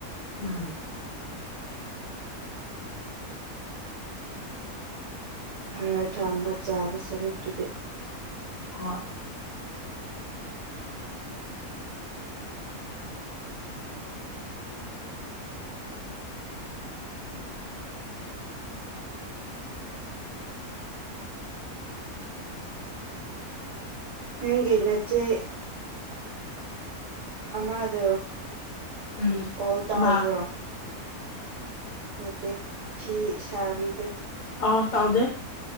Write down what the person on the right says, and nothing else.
ꯍꯥꯔ ꯊꯝꯕ ꯆꯥꯕ ꯁꯔꯨꯛꯇꯨꯗꯤ
ꯅꯪꯒꯤ ꯅꯆꯦ ꯑꯃꯗꯣ
ꯀꯣꯜ ꯇꯥꯎꯕ꯭ꯔꯣ
ꯅꯠꯇꯦ ꯐꯤ ꯁꯥꯕꯤꯗꯣ